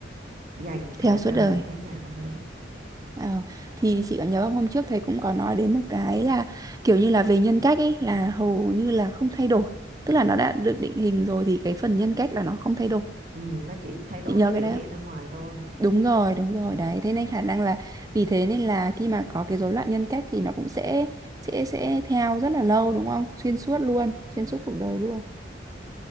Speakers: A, on the right; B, on the right.
A: dành
B: Theo
A: cả
B: suốt
A: đời
B: đời.
A: với nhà tâm lý.
B: Ờ, thì chị có nhớ không? hôm trước thầy cũng có nói đến một cái là kiểu như là về nhân cách ấy là hầu như là không thay đổi tức là nó đã được định hình rồi thì cái phần nhân cách là nó không thay đổi
A: Ừ, nó chỉ thay đổi
B: chị nhớ
A: cái biểu
B: cái đấy
A: hiện
B: không
A: ra ngoài thôi.
B: đúng rồi đúng rồi đấy thế nên khả năng là vì thế nên là khi mà có cái rối loạn nhân cách thì nó cũng sẽ sẽ sẽ theo rất là lâu đúng không xuyên suốt luôn xuyên suốt cuộc đời luôn